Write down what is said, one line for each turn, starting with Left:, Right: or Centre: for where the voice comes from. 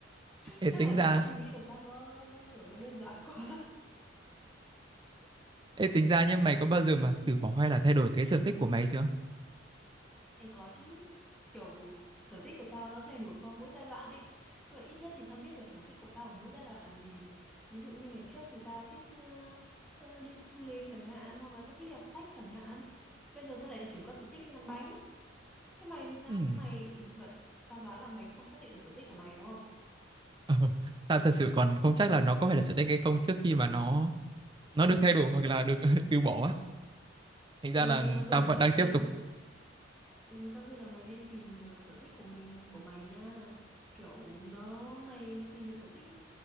Centre: <laughs>
Right: ê
Centre: Chắc
Right: tính
Centre: là
Right: ra
Centre: kiểu suy nghĩ của tao nó nó kiểu nó đơn giản quá.
Right: ê tính ra nhé mày có bao giờ mà từ bỏ hay là thay đổi cái sở thích của mày chưa
Centre: Ê có chứ kiểu sở thích của tao nó thay đổi qua mỗi giai đoạn ấy nhưng mà ít nhất thì tao biết được sở thích của tao ở mỗi giai đoạn là gì ví dụ như ngày trước thì tao thích ờ, ờ, đi du lịch chẳng hạn hoặc là tao thích đọc sách chẳng hạn bây giờ tao lại chuyển qua sở thích làm bánh thế mày thì sao
Right: Ừm,
Centre: mày nhưng mà tao đoán là mày không xác định được sở thích của mày đúng không
Right: ờ, tao thật sự còn không chắc là nó có phải là sở thích hay không trước khi mà nó nó được thay đổi hoặc là được <laughs> từ bỏ á thành ra là
Centre: Ê tao khuyên
Right: tao
Centre: là
Right: vẫn
Centre: mày
Right: đang
Centre: nên
Right: tiếp tục
Centre: ừ, tao khuyên là mày nên tìm được sở thích của mình của mày nha kiểu nó mày tìm được sở thích